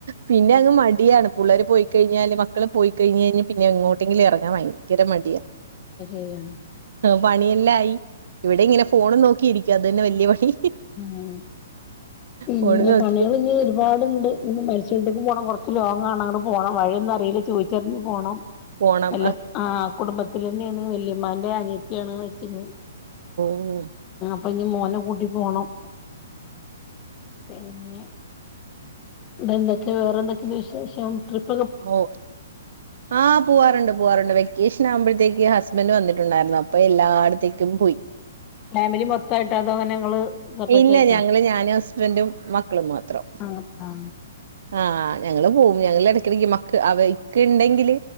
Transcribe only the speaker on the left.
<unintelligible> ണ്
മ് പിന്നെ
പണികളിഞ്ഞ് ഒരുപാട്ണ്ട് ഇനി പ്പോ മരിച്ചോട്ത്ത് <unintelligible> പോണം കൊറച്ച് ലോങ്ങാണ് അങ്ങട് പോണം വഴിയൊന്നറീല ചോയ്ച്ചറിഞ്ഞ് പോണം
എല്ലാ ആ കുടുംബത്തിലന്നെയാണ് വല്യമ്മായിന്റെ അനിയത്തിയാണ് മെരിച്ച്ക്ക്ണേ
അപ്പൊഞ്ഞ് മോനെ കൂട്ടി പോണം പിന്നെ എന്തൊക്കെ വേറെന്തൊക്കെണ്ട് വിശേഷം ട്രി <unintelligible>
ഫാമിലി മൊത്തായിട്ടോ അതോ അങ്ങനെ നിങ്ങള് സെപ്പറേറ്റ്
ആയിട്ടോ
ആ ആ